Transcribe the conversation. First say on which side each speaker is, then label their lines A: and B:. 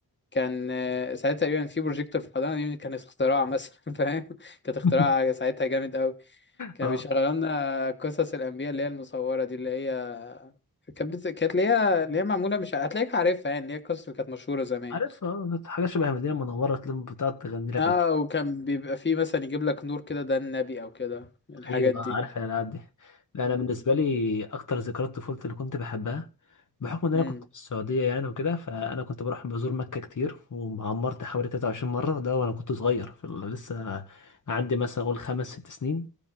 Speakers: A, on the left (about 30°); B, on the left (about 55°).
A: كان آه، ساعتها تقريبا في بروجيكتور في الحضانه دي كان اختراع مثلا <laughs> فاهم كانت اختراع
B: <laughs>
A: ساعتها جامد قوي كان
B: اه
A: بيشغلوا لنا قصص الانبياء اللي هي المصوره دي اللي هي كانت بت... كانت اللي هي اللي هي معموله مش هتلاقيك عارفها يعني اللي هي القصص اللي كانت مشهوره زمان
B: عارف اه حاجه شبه المدينه المنوره تلم بتقعد تغني لك
A: اه
B: ولا
A: وكان بيبقى فيه مثلا يجيب لك نور كده ده النبي او كده الحاجات
B: ايوه
A: دي
B: عارف الالعاب دي لا انا
A: امم
B: بالنسبه لي اكتر ذكريات طفولتي اللي كنت بحبها بحكم ان انا
A: امم
B: كنت في السعوديه يعني وكده فانا كنت بروح بزور مكه كتير وعمرت حوالي 23 مره ده وانا كنت صغير في ال- لسه عندي مثلا اقول خمس ست سنين